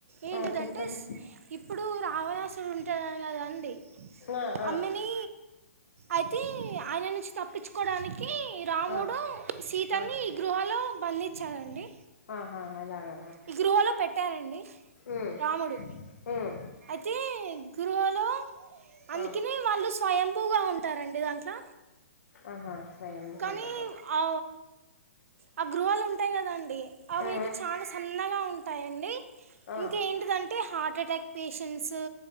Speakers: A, on the right; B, on the left.
A: ఏంటిదంటే
B: ఆ చెప్పండి
A: ఇప్పుడు రావణాసురుడుంట గదండి
B: ఆ ఆ
A: అమ్మనీ అయితే ఆయన నుంచి తప్పించుకోవడానికీ రాము
B: ఆ
A: సీతాన్నీ
B: ఆ
A: గృహలో బంధించారండి.
B: ఆహా అలాగా
A: ఈ గృహలో పెట్టారండి
B: ఉమ్
A: రాముడు
B: ఉమ్
A: ఐ తే గుృహలో అందుకని
B: ఆ
A: వాళ్ళు స్వయంభూగా ఉంటారండి దాంట్లో.
B: ఆహా స్వయంగా
A: కానీ
B: ఉంటారు ఓకే
A: ఆ ఆ గృహాలుంటాయి కదండి అవైతే
B: ఆ
A: చాలా సన్నగా ఉంటాయండి.
B: ఆ
A: ఇంకా ఏంటిది అంటే హార్ట్ఎటాక్ పేషెంట్సు